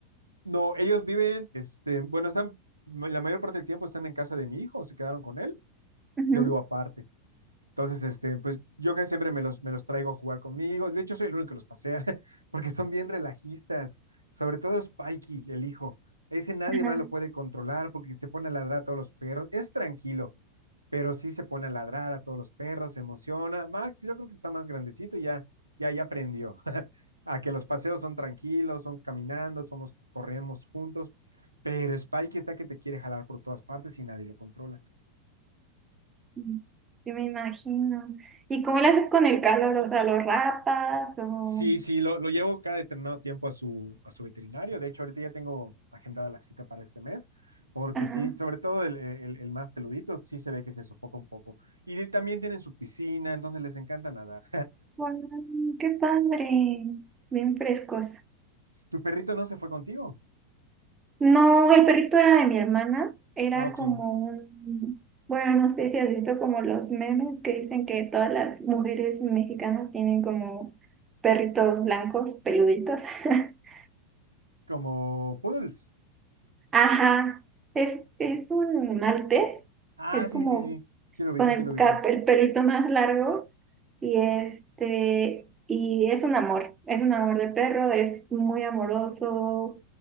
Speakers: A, on the right (about 80°); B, on the right (about 20°).
A: No, ellos viven, este, bueno, están, la mayor parte del tiempo están en casa de mi hijo, se quedaron con él,
B: Ujú.
A: yo vivo aparte. Entonces, este, pues yo que siempre me los, me los traigo a jugar conmigo. De hecho, soy el único que los pasea, <laughs> porque son bien relajistas. Sobre todo Spikey, el hijo. Ese nadie
B: Ajá.
A: más lo puede controlar porque se pone a ladrar a todos los perros. Es tranquilo pero sí se pone a ladrar a todos los perros, se emociona. Max, yo creo que está más grandecito y ya, ya, ya aprendió <laughs> a que los paseos son tranquilos, son caminando, somos, corremos juntos, pero Spike está que te quiere jalar por todas partes y nadie lo controla.
B: Mm. Sí, me imagino. ¿Y cómo le haces con el calor? O sea, ¿los rapas o...?
A: Sí, sí, lo, lo llevo cada determinado tiempo a su, a su veterinario. De hecho, ahorita ya tengo agendada la cita para este mes, porque
B: Ajá.
A: sí, sobre todo el, el, el más peludito, sí se ve que se sofoca un poco. Y de- también tienen su piscina, entonces les encanta nadar.
B: Guau, ¡Qué padre! Bien frescos.
A: ¿Tu perrito no se fue contigo?
B: No, el perrito era de mi hermana. Era
A: Ah, ok.
B: como un... Bueno, no sé si has visto como los memes que dicen que todas las mujeres mexicanas tienen como perritos blancos, peluditos. <laughs>
A: Como Poodles.
B: Ajá, es, es un maltés,
A: Ah,
B: es
A: sí,
B: como
A: sí, sí. Sí lo ubico,
B: con el,
A: sí lo ubico.
B: cap- el pelito más largo y este, y es un amor, es un amor de perro, es muy amoroso,